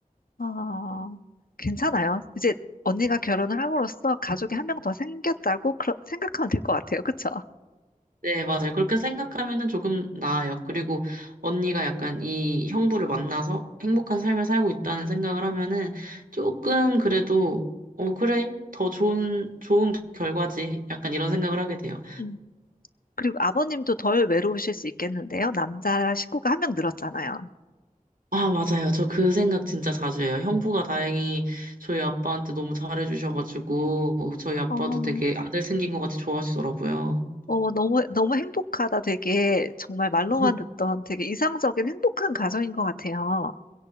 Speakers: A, on the left; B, on the right.
A: 아, 괜찮아요. 이제 언니가 결혼을 함으로써 가족이 한 명 더 생겼다고 그러- 생각하면 될 것 같아요. 그쵸?
B: 네, 맞아요. 그렇게 생각하면은 조금 나아요. 그리고 언니가 약간 이 형부를 만나서 행복한 삶을 살고 있다는 생각을 하면은 조금 그래도 어, 그래. 더 좋은, 좋은 결과지. 약간 이런 생각을 하게 돼요.
A: 음. 그리고 아버님도 덜 외로우실 수 있겠는데요? 남자 식구가 한 명 늘었잖아요.
B: 아, 맞아요. 저 그 생각 진짜 자주 해요. 형부가 다행히 저희 아빠한테 너무 잘해주셔가지고, 저희 아빠도
A: 어,
B: 되게 아들 생긴 것 같이 좋아하시더라고요.
A: 어, 너무, 너무 행복하다. 되게 정말 말로만
B: 음,
A: 듣던 되게 이상적인 행복한 가정인 것 같아요.